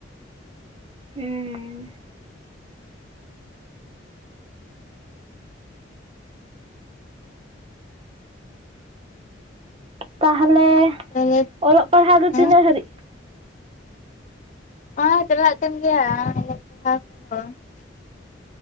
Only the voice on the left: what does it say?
ᱛᱟᱦᱚᱞᱮ
ᱦᱮᱸ
ᱱᱚᱜᱚᱭ ᱪᱟᱞᱟᱜ ᱠᱟᱱ ᱜᱮᱭᱟ ᱟᱞᱮ ᱯᱟᱲᱦᱟᱣ ᱠᱚᱦᱚᱸ